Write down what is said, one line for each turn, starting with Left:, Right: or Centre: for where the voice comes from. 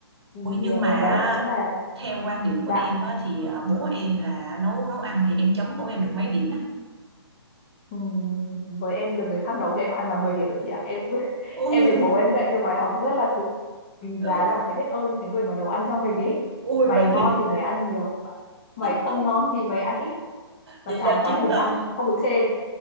Left: Thì
Right: Ủa, nhưng mà
Left: ờ,
Right: à,
Left: đấy có nghĩa là
Right: theo quan điểm của
Left: dạ
Right: em á, thì à, bố em là nấu nấu ăn thì em chấm bố em được mấy điểm á
Left: Ừ, với em được người khác nấu cho em ăn là 10 điểm rồi chị ạ em <laughs>
Right: Ui,
Left: em được bố em dạy cho bài học rất là quý
Right: đó.
Left: giá làm phải biết ơn cái người mà nấu ăn cho mình ý
Right: Ui
Left: mày
Right: vậy
Left: ngon
Right: thì
Left: thì mày ăn nhiều mày không
Right: ờ,
Left: ngon thì mày ăn ít mà
Right: vậy
Left: chán
Right: là
Left: quá
Right: chiến
Left: thì đừng
Right: thắng
Left: ăn không được chê